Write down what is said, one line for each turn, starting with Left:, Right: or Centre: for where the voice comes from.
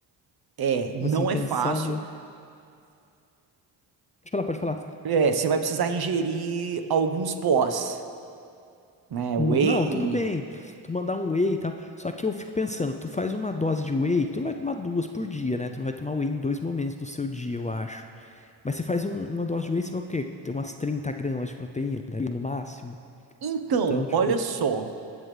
Right: É, não
Left: Tipo assim, pensando.
Right: é fácil.
Left: Pode falar, pode falar.
Right: É, você vai precisar ingerir alguns pós, né? Whey.
Left: Hum, não, tudo bem. Tu mandar um whey e tal. Só que eu fico pensando, tu faz uma dose de whey, tu não vai tomar duas por dia, né? Tu não vai tomar whey em dois momentos do seu dia, eu acho. Mas você faz um- uma dose de whey, você vai o quê? Ter umas 30 gramas de proteína ali no máximo.
Right: Então,
Left: Então, tipo,
Right: olha só,